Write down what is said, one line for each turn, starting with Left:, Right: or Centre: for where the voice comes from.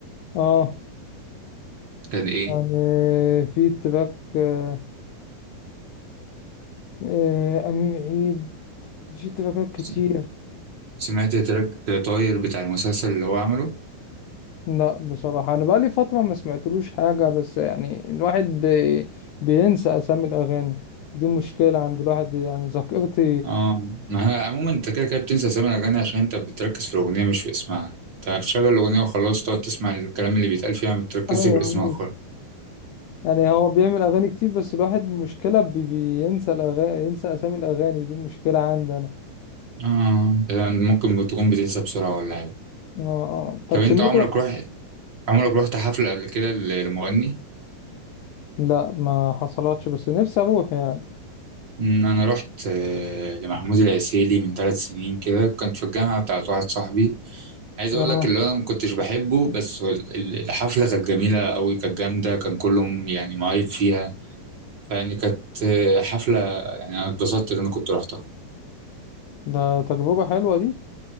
Left: اه
Right: كان إيه
Left: يعني في تراك آه، آه، امير عيد في تراكات كتير
Right: س- سمعت تراك طاير بتاع المسلسل اللي هو عمله
Left: لا بصراحة أنا بقالي فترة ما سمعتلوش حاجة بس يعني الواحد بي... بينسى أسامي الأغاني دي مشكلة عند الواحد يعني ذاكرتي
Right: اه ما هي عموما انت كده كده بتنسى اسامي الاغاني عشان انت بتركز في الاغنيه مش في اسمها انت بتشغل الاغنيه وخلاص تقعد تسمع الكلام اللي بيتقال فيها ما بتركزش
Left: ايوه
Right: في اسمها خالص
Left: بس- يعني هو بيعمل أغاني كتير بس الواحد مشكلة بي... بينسى الأغاني ينسى أسامي الأغاني دي مشكلة عندي أنا
Right: اه يعني ممكن تكون بتنسى بسرعه ولا حاجه
Left: آه آه. طب
Right: طب انت
Left: سمعت
Right: عمرك رحت عمرك رحت حفله قبل كده ل- لمغني
Left: لا ما حصلتش بس نفسي أروح يعني
Right: أمم، انا رحت آه، لمحمود العسيلي من ثلاث سنين كده كنت في الجامعه بتاعت واحد صاحبي عايز
Left: اه
Right: اقول لك اللي انا ما كنتش بحبه بس هو ال- ال- الحفله كانت جميله قوي كانت جامده كان كلهم يعني مهيب فيها فيعني كانت حفلة يعني أنا اتبسطت إن أنا كنت رحتها
Left: ده تجربة حلوة دي